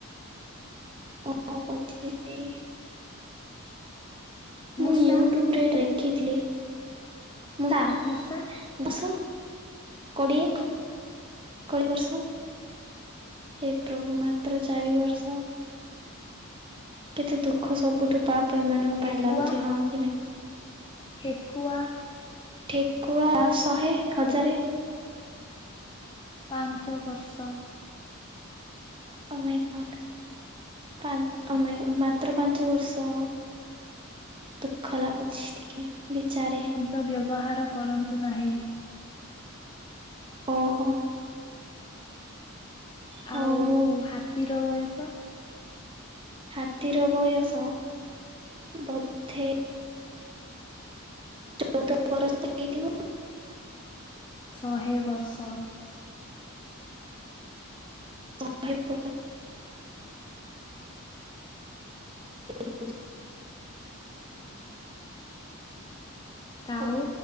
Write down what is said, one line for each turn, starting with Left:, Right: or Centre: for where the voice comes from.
Right: ଓ ପଚିଶି।
Left: ମୂଷା
Right: ମୁଁ ୟୁଟ୍ୟୁବ୍ ରେ ଦେଖିଥିଲି ମୁଁତା
Left: ମୂଷା।
Right: ବଶ କୋଡ଼ିଏ କୋଡ଼ିଏ ବର୍ଷ। ହେ ପ୍ରଭୁ ମାତ୍ର ଚାରି ବର୍ଷ। କେତେ ଦୁଃଖ ସବୁଠୁ ବାପ ଏମାନଙ୍କ
Left: ଠେକୁଆ
Right: ପାଇଁ ଲାଗୁଛି ହଁ କି ନାଇଁ?
Left: ଠେକୁଆ।
Right: ଠେକୁଆ ଶହେ ହଜାରେ।
Left: ପାଞ୍ଚ ବର୍ଷ।
Right: ଓ ମାଇଁ ଗଡ। ପା ଓ ମାଇଁ ମାତ୍ର ପାଞ୍ଚ ବର୍ଷ। ଦୁଃଖ ଲାଗୁଛି ଟିକେ ବିଚାରି।
Left: ତ ବ୍ୟବହାର କରନ୍ତୁ ନାହିଁ।
Right: ଓହୋ। ହଉ
Left: ଆଉ
Right: ମୁଁ
Left: ହାତୀର ବୟସ।
Right: ହାତୀର ବୟସ ବଧେ। ଚଉଦ ବର୍ଷ ହେଇଥିବ।
Left: ଶହେ ବର୍ଷ।
Right: ବୁ ଭ <unintelligible>
Left: କାଉ।
Right: ଆଉ